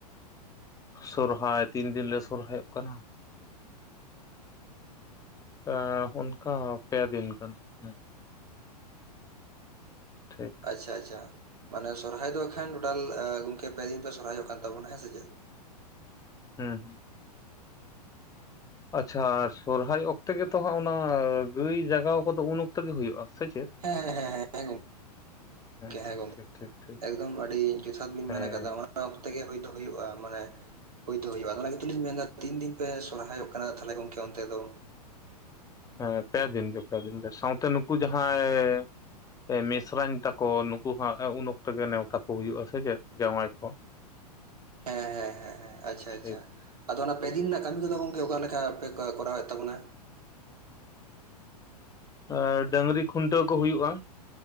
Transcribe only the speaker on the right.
ᱟᱪᱪᱷᱟ ᱟᱪᱪᱷᱟ ᱢᱟᱱᱮ ᱥᱚᱨᱦᱟᱭ ᱫᱚ ᱠᱷᱟᱱ ᱴᱳᱴᱟᱞ ᱜᱚᱝᱠᱮ ᱯᱮ ᱫᱤᱱ ᱯᱮ ᱥᱚᱨᱦᱟᱭᱚᱜ ᱠᱟᱱ ᱛᱟᱵᱚᱱᱟ ᱦᱮᱸ ᱥᱮ ᱪᱮᱫ?
ᱦᱮᱸ ᱦᱮᱸ ᱦᱮᱸ ᱜᱚᱝ
ᱠᱮᱦᱟ
ᱜᱚᱝ
ᱮᱠᱫᱚᱢ ᱟᱹᱰᱤ ᱡᱚᱛᱷᱟᱛ ᱵᱤᱱ ᱢᱮᱱ
ᱠᱟᱫᱟ ᱚᱱᱟ ᱚᱱᱟ ᱚᱠᱛᱮ ᱜᱮ ᱦᱩᱭ ᱫᱚ ᱦᱩᱭᱩᱜᱼᱟ ᱢᱟᱱᱮ ᱦᱩᱭ ᱫᱚ ᱦᱩᱭᱩᱜᱼᱟ ᱚᱱᱟ ᱜᱮᱛᱚ ᱞᱤᱧ ᱢᱮᱱ ᱮᱫᱟ ᱛᱤᱱ ᱫᱤᱱ ᱯᱮ ᱥᱚᱨᱦᱟᱭᱚᱜ ᱠᱟᱱᱟ ᱛᱟᱦᱚᱞᱮ ᱜᱚᱝᱠᱮ ᱚᱱᱛᱮ ᱫᱚ?
ᱦᱮᱸ ᱦᱮᱸ ᱦᱮᱸ ᱦᱮᱸ, ᱟᱪᱪᱷᱟ
ᱟᱪᱪᱷᱟ᱾ ᱟᱫᱚ ᱚᱱᱟ ᱯᱮ ᱫᱤᱱ ᱨᱮᱱᱟᱜ ᱠᱟᱹᱢᱤ ᱠᱚᱫᱚ ᱜᱚᱝᱠᱮ ᱚᱠᱟ ᱞᱮᱠᱟ ᱯᱮ ᱠᱚᱨᱟᱣᱮᱫ ᱛᱟᱵᱚᱱᱟ?